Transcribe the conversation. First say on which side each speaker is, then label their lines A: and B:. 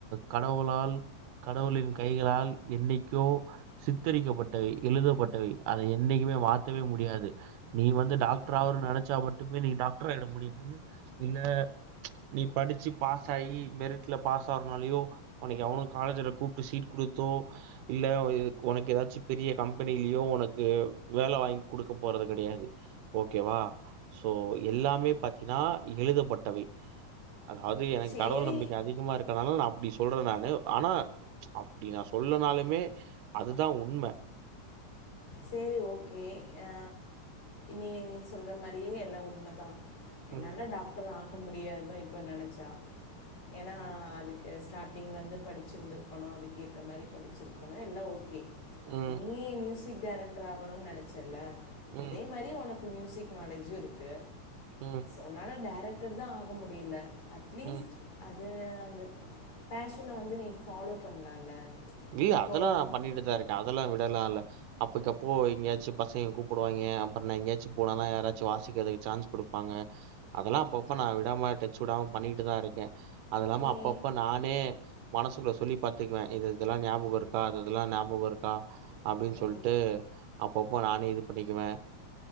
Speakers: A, on the right; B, on the left.
A: கடவுளால் கடவுளின் கைகளால் என்னைக்கோ சித்தரிக்கப்பட்டவை எழுதப்பட்டவை அத என்னைக்குமே மாத்தவே முடியாது நீ வந்து
B: உம்.
A: டாக்டர் ஆவானு நெனைச்சா மட்டுமே நீ டாக்டராகிட முடியுமா இல்ல நீ படிச்சு பாஸ் ஆயி மெரிட்ல பாஸ் ஆறனாலயோ உனக்கு எவனோ காலேஜ்ல கூப்ட்டு சீட் குடுத்தோ இல்ல ஒ இது உனக்கு ஏதாச்சு பெரிய கம்பெனிலியோ உனக்கு வேல வாங்கி குடுக்க போறது கெடையாது ஓகேவா சோ எல்லாமே பாத்தீ இதா எழுதப்பட்டவை அதாவ்து எனக்
B: சரி
A: கடவுள் நம்பிக்க அதிகமா இருக் அதனால நா அப்டி சொல்றே நானு ஆனா அப்டி நா சொல்லனாலுமே அதுதா உண்ம
B: செரி ஓகே அ நீ நீ சொல்ற மாறியே எல்லா உண்மதா என்னால
A: ம்
B: டாக்டர் ஆக முடியாதுதா இப்ப நெனைச்சா ஏன்னா
A: ம்
B: அதுக் கு ஸ்டார்ட்டிங்லேந்து படிச்சிருந்திருக்கணு அதுக்கு ஏத்த மாறி படிச்சிருக்கணு எல்லா ஓகே
A: ம்
B: நீ மியூசிக் டைரக்டர் ஆகணுனு நெனைச்சல்ல
A: ம்
B: அதே மாறி ஒனக் கு மியூசிக் நாலேஜி இருக்கு
A: ம்
B: உன்னால டைரக்டர் தா ஆக முடியில அட்லீஸ்ட்
A: ம்
B: அது அந்த பேஷன வந்து நீ பாலோ பண்ணலாம்ல
A: இல்ல
B: இப்போது
A: அதலா நா பண்ணிட்டுதா இருக்கே அதலா விடலா இல்ல அப்பக்கப்போ எங்கயாச்சு பசங்க கூப்புடுவாங்க அப்பறோ நா எங்கயாச்சு போனல்லா யாராச்சு வாசிக்கிறதுக்கு சான்ஸ் குடுப்பாங்க அதெல்லா அப்பப்ப நா விடாம டச்சு விடாம பண்ணிட்டுதா இருக்கே அதல்லாம
B: நீ
A: அப்பப்போ நானே மனசுக்குள்ள சொல்லி பாத்துக்குவே இது இதெல்லா ஞாபக இருக்கா அதெதுல்லா ஞாபக இருக்கா அப்டின்னு
B: ம்,
A: சொல்ட்டு அப்பப்போ நானே இது பண்ணிக்குவே